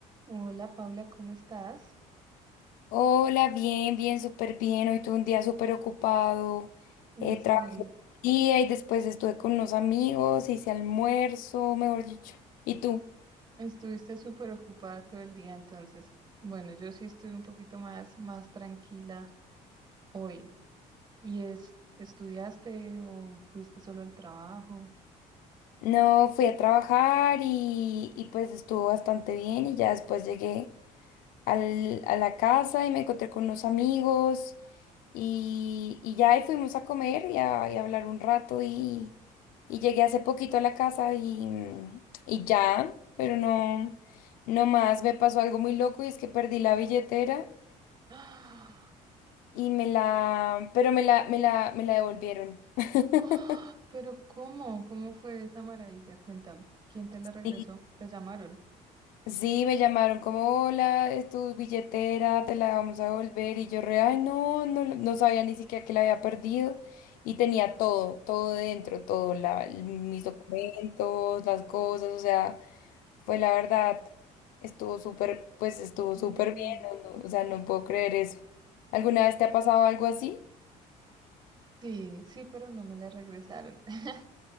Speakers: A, on the right; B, on the left.
A: Hola Paula, ¿cómo estás?
B: Hola, bien, bien, súper bien. Hoy tuve un día súper ocupado.
A: En
B: Eh,
A: serio,
B: trabajé todo el día y después estuve con unos amigos, hice almuerzo, mejor dicho. ¿Y tú?
A: estuviste súper ocupada todo el día entonces. Bueno, yo sí estuve un poquito más, más tranquila hoy. ¿Y es, estudiaste o fuiste solo al trabajo?
B: No, fui a trabajar y, y pues estuvo bastante bien y ya después llegué. al- a la casa y me encontré con unos amigos y, y ya y fuimos a comer y a, y a hablar un rato y, y llegué hace poquito a la casa y, mm, y ya, pero no, no más, me pasó algo muy loco y es que perdí la billetera
A: ¡Ah!
B: y me la, pero me la, me la, me la devolvieron. <laughs>
A: ¡Ah! Pero ¿cómo? ¿Cómo fue esa maravilla? Cuéntame. ¿Quién te la regresó?
B: Sí.
A: ¿Te llamaron?
B: Sí, me llamaron como, hola, es tu billetera, te la vamos a devolver. Y yo re, ay, no, no, lo- no sabía ni siquiera que la había perdido. Y tenía todo, todo dentro, todo, la, mis documentos, las cosas, o sea, fue la verdad, estuvo súper, pues estuvo
A: Mm,
B: súper bien, no- no, o sea, no puedo creer eso. ¿Alguna vez te ha pasado algo así?
A: Sí, sí, pero no me la regresaron. <laughs>